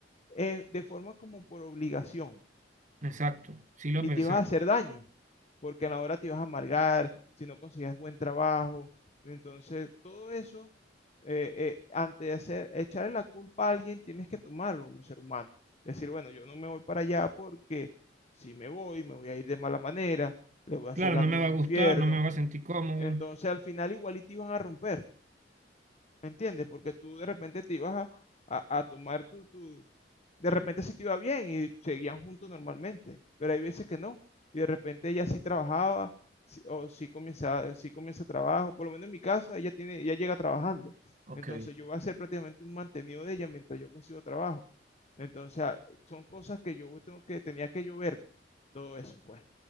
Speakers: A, on the left; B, on the right.
A: eh, de forma como por obligación.
B: Exacto, sí lo
A: y
B: pensé.
A: te ibas a hacer daño, porque a la hora te ibas a amargar, si no conseguías buen trabajo. Entonces, todo eso, eh, eh, antes de hacer, echarle la culpa a alguien, tienes que tomarlo como ser humano. Decir, bueno, yo no me voy para allá porque si me voy, me voy a ir de mala manera, le voy a
B: Claro,
A: hacer la
B: no
A: vida
B: me va
A: un
B: a gustar,
A: infierno.
B: no me va a sentir cómodo.
A: Entonces, al final, igual y te iban a romper, ¿me entiendes? Porque tú de repente te ibas a, a- a tomar tu, tu- de repente sí te iba bien y seguían juntos normalmente, pero hay veces que no. Y de repente ella sí trabajaba sí- o sí comienza, sí comienza trabajo. Por lo menos en mi caso, ella tiene, ella llega trabajando.
B: Ok.
A: Entonces yo voy a ser prácticamente un mantenido de ella mientras yo consigo trabajo. Entonces ah, son cosas que yo tengo que, tenía que yo ver todo eso, pues.